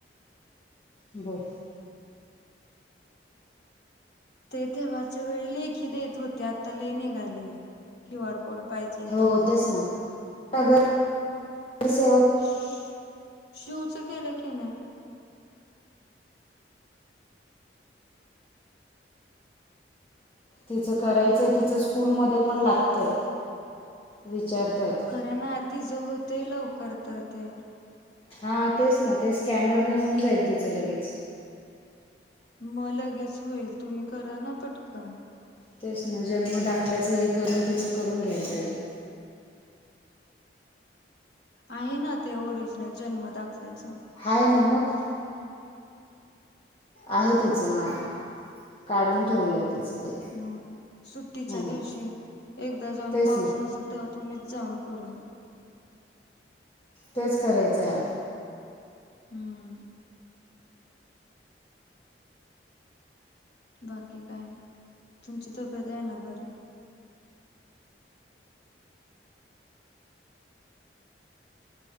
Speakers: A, on the left; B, on the left.
A: बोल.
B: ते तेव्हाच्या वेळी लेखी देत होते आता लय निघालय. क्यू आर कोड पाहिजे
A: हो
B: हे पाहिजे.
A: तेच ना नगरसेवक.
B: शु शिवच केलं की नाही?
A: तिचं करायचं आहे तिचं स्कूलमध्ये पण लागतंय. विचारताहेत.
B: खरा ना तीच होतय लवकर तर ते
A: हा तेच ना ते स्कॅनरने होऊन जाईल तिचं लगेच.
B: मग लगेच होईल तुम्ही करा ना पटकन.
A: तेच ना. जन्म दाखल्याचं हे करून तिचं करून घ्यायला पाहिजे.
B: आहे ना, ते ओरिजिनल जन्म दाखल्याच.
A: हाय ना मग. आहे तिचं माय काढून ठेवलंय तिचं ते.
B: मग सुट्टीच्या
A: हो
B: दिवशी एकदा जाऊन
A: तेच
B: पाऊस
A: ना
B: नसेल तर तुम्हीच जाऊन करून या.
A: तेच करायचे आ
B: हम्म. बाकी काय? तुमची तब्येत आहे ना बरी?